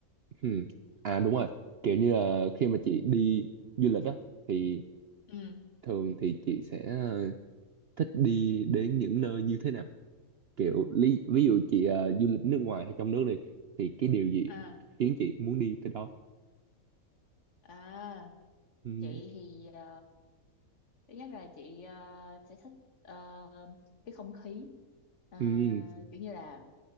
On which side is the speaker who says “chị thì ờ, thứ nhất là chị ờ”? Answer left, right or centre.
Left